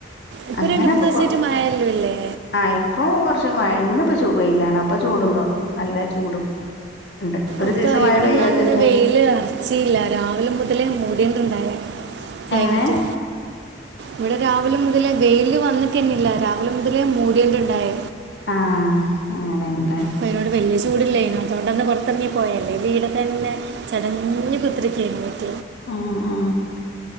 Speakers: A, on the right (about 65°); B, on the left (about 70°).
A: ഇപ്പൊ
B: അങ്ങനെ
A: രണ്ട മൂന്ന് ദിവസയിട്ട് മഴല്ലോ അല്ലേ.
B: ആഹ് ഇപ്പൊ കുറച്ച് മഴ ഇന്നിപ്പ ചൂ പയിലാണ് അപ്പൊ ചൂടുംന്തോ നല്ല ചൂടും ഉണ്ട് ഒരു
A: ഒക്കെ
B: ദിവസം മഴ
A: ഇവിടെന്ന
B: പെയ്യാതിരുന്ന്
A: ന്ന് വെയില് ക്സിയില്ല രാവിലെ മുതലേ മോടിയണ്ടുണ്ടായ ക്ലൈമറ്റ്
B: എങ്ങനെ
A: ഇവിടെ രാവിലെ മുതലേ വെയില് വന്നിക്കന്നെല്ല രാവിലെ മുതലേ മൂടിയണ്ട്ണ്ടായ.
B: ആ അങ്ങനെയണ്ല്ലേ?
A: അപ്പൾ അതിനോട് വലിയ ചൂടല്ലായിന അതുകൊണ്ടന്ന് പുറത്തിറങ്ങി പോയല്ലേ വീടെ തന്നെ ചടഞ്ഞ് കുത്തിരക്കുനു പറ്റ.
B: ഉ ഉ